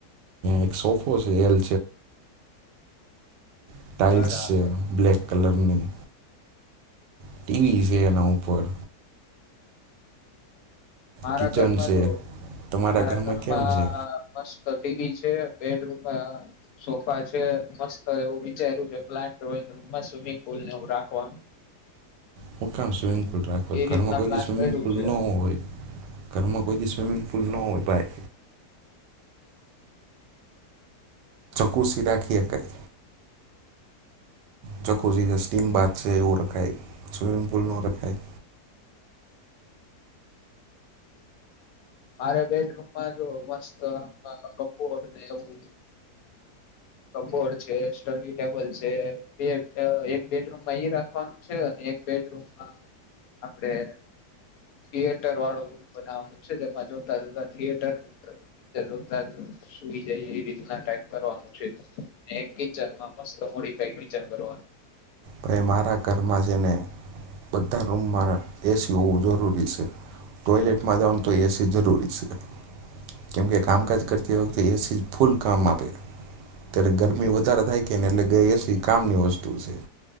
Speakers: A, on the right (about 90°); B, on the left (about 70°).
A: એક સોફો છે એલ ટાઈલ્સ
B: બરાબર
A: છે બ્લેક કલરની. ટીવી એ છે એના ઉપર.
B: મારા
A: કિચન
B: ઘરમાં
A: છે
B: જો
A: તમારા
B: મારા ઘરમાં
A: કેમ છે
B: મસ્ત ટીવી છે બેડરૂમ સોફા છે મસ્ત એવું વિચાર્યું છે પ્લાન ડ્રોઈંગ રૂમમાં સ્વિમિંગ પુલને એવું રાખવાનું.
A: હું કામ સ્વિમિંગ
B: એ રીતના
A: ઘરમાં કોઈ
B: પ્લાન
A: દી સ્વિમિંગ
B: કર્યું
A: પુલ
B: છે
A: નો હોય. ઘરમાં કોઈ દી સ્વિમિંગ પુલ નો હોય. બાય ચુસી રાખી શકાય ચકુસી એવ રખાયમ પુલ ન રાય
B: મારે બેડરૂમમાં જો મસ્ત કપબોર્ડ ને એવું કપબોર્ડ છે સ્ટડી ટેબલ છે બે એક બેડરૂમમાં ઈ રાખવાનું છે અને એક બેડરૂમમાં આપડે થિયટર વાળો રૂમ. બનાવાનું છે જેમાં જોતા જોતા થિયટર જોતા સુઈ જાય એ રીતના ટ કરવાનું છે કિમાં મસ્ત મોડીઈ કરવાનું
A: ભાઈ એ મારા ઘરમાં જઈને બધા રૂમમાં એસી હોવું જરૂરી સે. ટોયલેટમાં જાવાનું તોય એસી. કામકાજ કરતી વખતે ફલ કામ આપે ત્યારે ગરમી વધારે થાય કેને એટલે એસી કામની વસ્તુ સે.